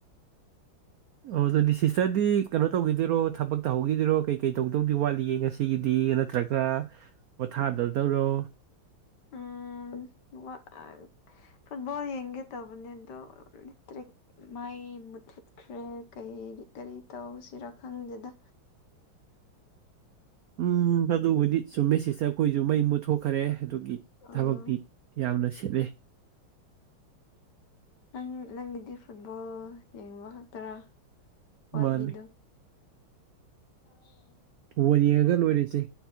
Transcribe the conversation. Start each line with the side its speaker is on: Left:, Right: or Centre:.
Right: ꯑꯣ ꯑꯗꯨꯗꯤ ꯁꯤꯁꯇꯔꯗꯤ ꯀꯩꯅꯣ ꯇꯧꯈꯤꯗꯣꯏꯔꯣ ꯊꯕꯛ ꯇꯧꯍꯧꯈꯤꯗꯣꯏꯔꯣ ꯀꯩ ꯀꯩ ꯇꯧꯗꯧꯗꯤ ꯋꯥꯠꯂꯤꯒꯦ ꯉꯁꯤꯒꯤꯗꯤ ꯅꯠꯇ꯭ꯔꯒ ꯒ ꯄꯣꯊꯥꯗꯗꯧꯔꯣ
Left: ꯎꯝ ꯋꯥꯠ ꯐꯨꯠꯕꯣꯜ ꯌꯦꯡꯒꯦ ꯇꯧꯕꯅꯤ ꯑꯗꯨ ꯔꯤꯇꯥꯛ ꯃꯥꯏ ꯃꯨꯊꯠꯈ꯭ꯔꯦ ꯀ ꯀꯔꯤ ꯇꯧꯁꯤꯔꯥ ꯈꯪꯗꯦꯗ
Right: ꯎꯝ ꯑꯗꯨꯕꯨꯗꯤ ꯆꯨꯝꯃꯦ ꯁꯤꯁꯇ ꯑꯩꯈꯣꯏꯁꯨ ꯃꯩ ꯃꯨꯠ ꯊꯣꯛꯈꯔꯦ ꯑꯗꯨꯒꯤ
Left: ꯑꯥ
Right: ꯊꯕꯛꯇꯤ ꯌꯥꯝꯅ ꯁꯦꯠꯂꯦ
Left: ꯅꯪ ꯅꯪꯒꯤꯗꯤ ꯐꯨꯠꯕꯣꯜ ꯌꯦꯡꯕ ꯈꯛꯇꯔꯥ ꯋꯥꯠꯂꯤꯗꯣ
Right: ꯃꯥꯅꯤ
Left: ꯇꯥꯏꯌꯦ
Right: ꯕꫭꯟ ꯌꯦꯡꯉꯒ ꯂꯣꯏꯔꯤꯁꯦ